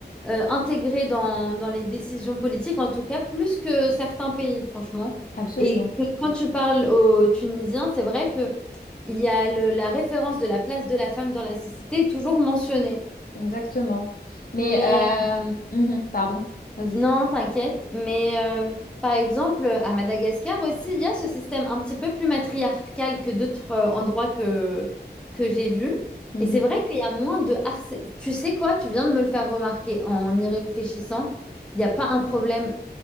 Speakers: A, in the centre; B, on the left.
A: euh, intégrées dans, dans les décisions politiques, en tout cas, plus que certains pays, franchement.
B: Absolument,
A: Et que quand tu parles aux Tunisiens, c'est vrai que il y a le- la référence de la place de la femme dans la société est toujours mentionnée.
B: exactement. Mais,
A: Mais
B: euh, mhm, pardon, vas-y.
A: Non, t'inquiète. Mais euh, par exemple, euh, à Madagascar aussi, il y a ce système un petit peu plus matriarcal que d'autres euh, endroits que, que j'ai vus.
B: Mhm,
A: Et c'est vrai qu'il y a moins de harcèlement. Tu sais quoi? Tu viens de me le faire remarquer en y réfléchissant. Il n'y a pas un problème